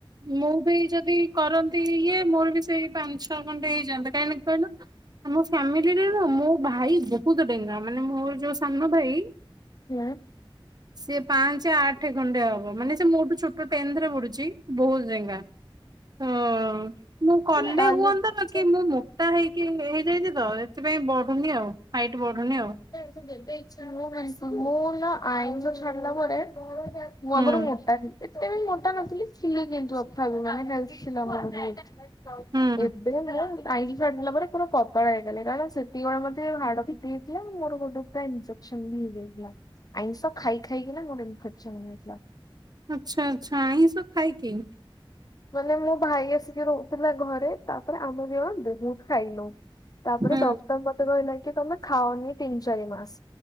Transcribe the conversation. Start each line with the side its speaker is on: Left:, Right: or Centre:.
Right: ମୁଁ ବି ଯଦି କରନ୍ତି ଇଏ ମୋର ବି ସେଇ ପାଞ୍ଚ୍ ଟା ଖଣ୍ଟେ ହେଇଯାନ୍ତା କାହିଁକି ନା କହିଲ ଆମ ଫ୍ୟାମିଲି ରେ ନା ମୋ ଭାଇ ବହୁତ୍ ଡେଙ୍ଗା ମାନେ ମୋର ଯୋଉ ସାନ ଭାଇ
Left: ହେଁ।
Right: ସେ ପାଁ ଞ୍ଚେ ଆଠେ ଖଣ୍ଡେ ହବ ମାନେ ସେ ମୋଠୁ ଛୋଟ ଟେନ୍ ଥେ ରେ ପଢୁଛି ବହୁତ୍ ଡେଙ୍ଗା। ହ ମୁଁ କଲେ
Left: କାଲି
Right: ହୁଅନ୍ତା
Left: ମୁଁ
Right: ବାକିି ମୁଁ ମୋଟା ହେଇକି ହେଇଯାଇଛି ତ ସେଥିପାଇଁ ବଢୁନି ଆଉ ହାଇଟ୍ ବଢୁନି ଆଉ।
Left: ଯେତେ ଇଛା ହଉ ଆଁଇଷ ମୁଁ ନା ଆଁଇଷ ଛାଡିଲା ପରେ ମୁଁ
Right: ହୁଁ
Left: ଆଗୁରୁ ମୋଟା ଥିଲି। ଏତେ ବି ମୋଟା ନଥିଲି ଥିଲା କିନ୍ତୁ ଅଥାାବ <inaudible> ମାନେ ବ ଆମର ବହୁ
Right: ହୁଁ
Left: ଏବେ ହେଲା। କାଇଁକି <inaudible> ଛାିଲା ପରେ ପୁରା ପତଳା ହେଇଗଲି କାରଣ ସେତିକବେଳେ ମତେ ହାଡ଼ ଫିଟି ହେଇଥିଲା ମୋର ଗୋଟକୁ ନିଜ ସେମି ହେଇଯାଇଥିଲା ଆଁଇଷ ଖାଇ ଖାଇକିନା ମୋର ଇନ୍ଫେକ୍ସନ୍ ହେଇଥିଲା।
Right: ଆଚ୍ଛା ଆଚ୍ଛା ଆଇଁଷ ଖାଇକି।
Left: ମାନେ ମୋ ଭାଇ ଆସିକି ରହୁଥିଲା ଘରେ ତାପରେ ଆମେ ଦିଜଣ ବହୁତ୍ ଖାଇଲୁ। ତାପରେ
Right: ହୁଁ
Left: ଡକ୍ଟର ମତେ କହିଲା କି ତମେ ଖାଅନି ତିନି ଚାରି ମାସ୍।